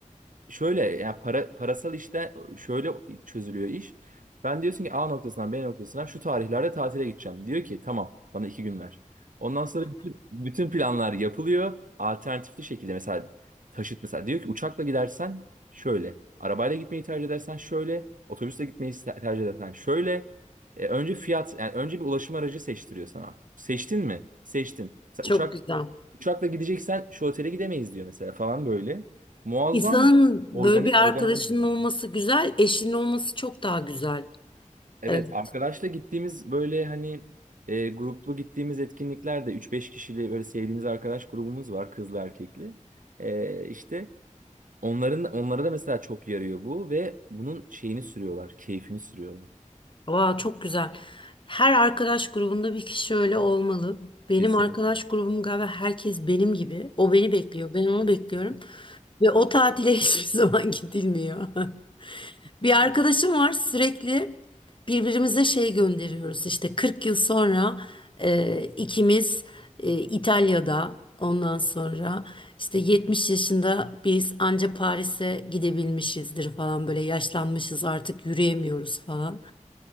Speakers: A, on the right; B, on the left.
A: şöyle yani para, parasal işte şöyle çözülüyor iş. Ben diyorsun ki A noktasından B noktasına şu tarihlerde tatile gideceğim. Diyor ki tamam bana iki gün ver. Ondan sonra bütün, bütün planlar yapılıyor. Alternatifli şekilde mesela taşıt mesela diyor ki uçakla gidersen şöyle. Arabayla gitmeyi tercih edersen şöyle. Otobüsle gitmeyi se- tercih edersen şöyle. E, önce fiyat yani önce bir ulaşım aracı seçtiriyor sana. Seçtin mi? Seçtin. Mesela
B: Çok
A: uçak
B: güzel.
A: Uçakla gideceksen şu otele gidemeyiz diyor mesela falan böyle. Muazzam
B: İnsanın
A: organ
B: böyle bir arkadaşının
A: organizing
B: olması
A: ya.
B: güzel, eşinin olması çok daha güzel.
A: Evet
B: Evet.
A: arkadaşla gittiğimiz böyle hani e, gruplu gittiğimiz etkinliklerde üç beş kişili böyle sevdiğimiz arkadaş grubumuz var kızlı erkekli. E, işte onların onlara da mesela çok yarıyor bu ve bunun şeyini sürüyorlar, keyfini sürüyorlar.
B: Aa, çok güzel. Her arkadaş grubunda bir kişi öyle olmalı. Benim
A: Kesinlikle.
B: arkadaş grubum galiba herkes benim gibi. O beni bekliyor, ben onu bekliyorum. Ve o tatile <laughs> hiçbir zaman gidilmiyor. <laughs>
A: <laughs>
B: Bir arkadaşım var sürekli birbirimize şey gönderiyoruz. İşte 40 yıl sonra e, ikimiz e, İtalya'da ondan sonra işte 70 yaşında biz anca Paris'e gidebilmişizdir falan böyle yaşlanmışız artık yürüyemiyoruz falan